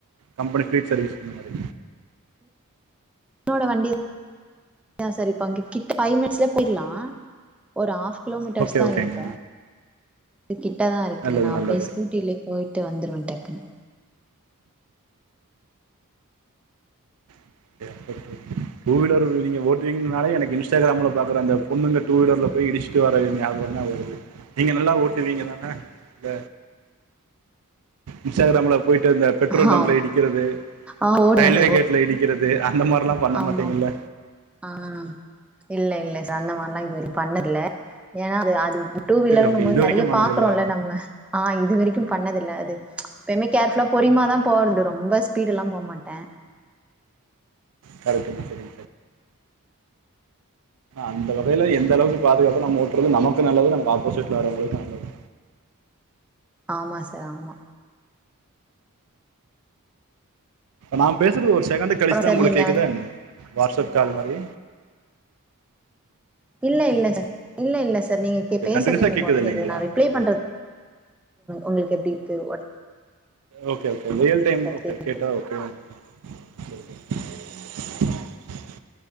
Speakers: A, on the right; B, in the centre.
A: கம்பெனி ஃபீல்டு சர்வீஸ் இந்த மாரி
B: என்னோட வண்டி தா சார் இப்ப இங்க கிட்ட ஃபைவ் மினிட்ஸ்லயே போயிடலா ஒரு ஆஃப் கிலோமீட்டர்ஸ்தா
A: ஓகே ஓகேங்க
B: இருக்கு <unintelligible> கி ட்டதா இருக்கு
A: நல்லது
B: நான்
A: நல்லது
B: அப்டியே ஸ்கூட்டிலயே போயி ட்டு வந்துருவே டக்குன்னு
A: <unintelligible> டூ வீலர் நீங்க ஓட்டுவீங்கனாலே எனக்கு இன்ஸ்டாகிராம்ல பாக்குற அந்த பொண்ணுங்க டூ வீலர்ல போய் இடிச்சுட்டு வர்ற ஞாபகம்தா வருது நீங்க நல்லா ஓட்டுவீங்கதான இல்ல இன்ஸ்டாகிராம்ல போய் ட்டு இந்த பெட்ரோல்
B: ஆ
A: பங்க்ல இடிக்கிறது
B: ஆ ஓடுவே
A: ரயில்வே
B: சார்
A: கேட்ல இடிக்கிற து அ இந்த மாரில்லா பண்ண
B: ஆமா
A: மாட்டீங்கல்ல
B: ஆமா ஆ இல்ல இல்ல சார் அந்த மாரிலாம் இதுவரை பண்ணன்ல ஏன்னா டூ வீலர்ம்
A: ஓகே
B: போது
A: இது வரைக்கும்
B: நிறைய
A: பண்ணதில்லை
B: பாக்றோம் ல நம்ம அஹா இது வரைக்கும் பண்ணதில்ல அது எப்பயுமே கேர்ஃபுல்லா பொரியமாதான் போறது ரொம்ப ஸ்பீடு ல்லாம் போக மாட்டேன்
A: கெரக்டுத சேரி அந்த வகையில எந்த அளவுக்கு பாதுகாப்பு நம்ம ஓட்டுறது நமக்கு நல்லது நம்ம ஆப்போசிட்ல வரவங்களுக்கு நல்லது
B: ஆமா சார் ஆமா
A: நான் பேசுறது ஒரு செகண்ட்
B: அப்புறோ
A: கழிச்சுதான்
B: சார்
A: உங்களுக்கு
B: நீங்க
A: கேக்குதா
B: வந்து
A: என்ன வாட்ஸ்அப் காலமாரி
B: இல்ல இல்ல சார் இல்ல இல்ல சார் சார் நீங்கள்
A: ஓகே
B: பேசுறது
A: கண்டினியூஸாக கேட்குது
B: ஒனே
A: இல்லைங்களா
B: கேடக்குது நான் ரிப்ளை
A: ஓகே
B: பண்ணுறது உங்களுக்கு எப்படி இருக்குது உட
A: ஓகே ஓகே ரியல் டைம்
B: கேக்குது
A: கே கேட்டா ஓகே <unintelligible>